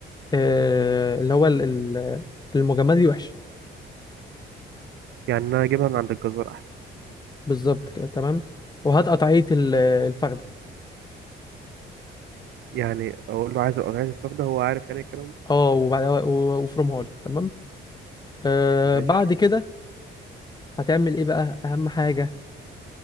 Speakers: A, on the left (about 20°); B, on the right (about 65°).
A: اه اللي هو ال- ال- المجمده دي وحشه
B: يعني أنا أجيبها من عند الجزار أحسن
A: بالظبط كده تمام وهات قطعيه ال- الفخده
B: يعني أقول له عايز عايز الفراخ ده هو عارف يعني الكلام ده
A: اه وبعد- و- وافرمها لي تمام آه
B: ماشي
A: بعد كده هتعمل ايه بقى اهم حاجه